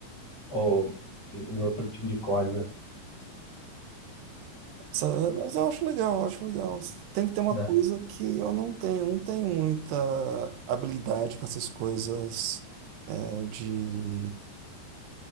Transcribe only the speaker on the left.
ou em em outro tipo de código,
né?